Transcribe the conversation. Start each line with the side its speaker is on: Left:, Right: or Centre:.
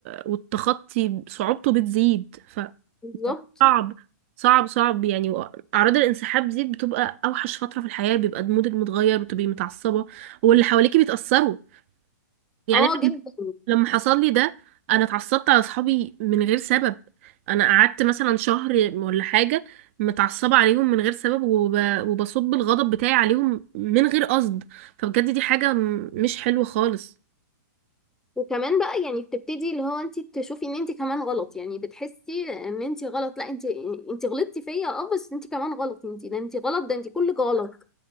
Right: والتخطي صعوبته بتزيد فصعب
Centre: بالظبط
Right: صعب صعب صعب يعني أعراض الانسحاب دي بتبقى أوحش فترة في الحياة بيبقى مودك متغير وتبقي متعصبة واللي حواليكي بيتأثروا يعني
Centre: اه جدا
Right: لما حصل لي ده انا اتعصبت على اصحابي من غير سبب انا قعدت مثلا شهر ولا حاجه متعصبه عليهم من غير سبب وب... وبصب الغضب بتاعي عليهم من غير قصد فبجد دي حاجه م- مش حلوه خالص
Centre: وكمان بقى يعني بتبتدي اللي هو انت تشوفي ان انت كمان غلط يعني بتحسي ان انت غلط لا انت انت غلطتي فيا اه بس انت كمان غلط انت ده انت غلط ده انت كلك غلط